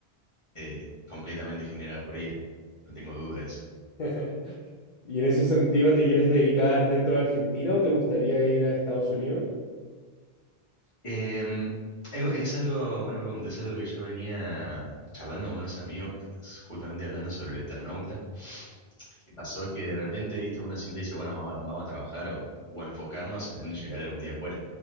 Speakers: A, on the left (about 30°); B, on the left (about 55°).
A: eh, completamente generados por ella. No tengo dudas
B: <laughs> ¿Y en ese sentido te quieres dedicar dentro de Argentina o te gustaría ir a Estados Unidos?
A: Em, es, es algo, buena pregunta, es algo que yo venía charlando con unos amigos, justamente hablando sobre el Eternauta, y pasó que de repente, viste, uno siempre dice, bueno, va- vamos a trabajar o, o a enfocarnos en llegar algún día afuera,